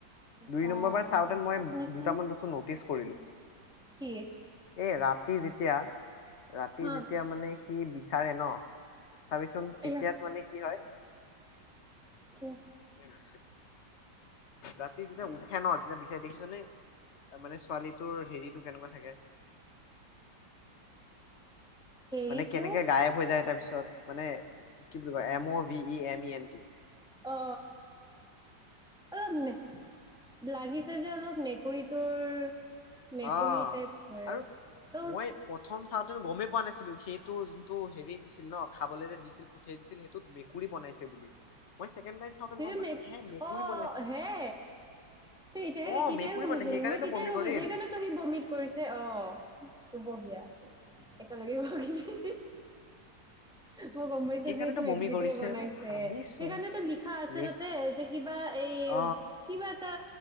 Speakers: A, on the left; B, in the centre.
A: দুই
B: বা
A: নম্বৰ বাৰ চাওঁতে মই
B: আপুনিচোন
A: দুটামান বস্তু নটিচ কৰিলো
B: কি
A: এই ৰা সি যেতিয়া ৰাতি
B: হা
A: যেতিয়া মানে সি সি বিচাৰে ন'? চাবিচোন তেতিয়াত
B: এয়া
A: মানে কি হয়
B: কি
A: <unintelligible> ৰাতি যেতিয়া উঠে ন যেতিয়া বিচাৰি দেখিছ নে মানে ছোৱালীটোৰ হেৰিটো কেনেকুৱা থাকে
B: হেৰিটো
A: মানে কেনেকে গায়েব হৈ যায় তাৰ পিছত পছত মানে কি বুলি কয় M O V E M E N T
B: অ অলপ লাগিছে যে অলপ মেকুৰীটোৰ মেকুৰী
A: অ
B: টাইপ হয়
A: আৰু
B: তো
A: মই প্ৰথম চাওঁতেনো গমেই পোৱা নাছিলো সেইটো যোনটো হেৰি দিছিল ন খাবলৈ যে দিছিল পঠিয়াই দিছিল সেইটো মেকুৰী বনাইছে বুলি মই ছেকেণ্ড টাইম চাওঁতে গম
B: স
A: পাইছো
B: মে
A: হে মেকুৰী
B: অ
A: বনাইছে
B: হে তই এতিয়াই
A: অ
B: তেতিয়াই
A: মেকুৰী
B: গমাইছো
A: বনাই সেইকাৰণেতো
B: নেকি মই তেতিয়াই
A: বমি
B: গমপাইছো
A: কৰিল
B: সেইকাৰণে সি বমি কৰিছে অ বহিয়া একেলগে ভিছে মই গম পাইছো
A: সেইকাৰণেতো
B: যে এইটো মেকুৰীটোৱে
A: বমি কৰিছে
B: বনাইছে
A: মই ভাবিছো
B: সেইকাৰণেটো লিখ কথা আছে
A: মে
B: তাতে যে কিবা এই
A: অ
B: কিবা এটা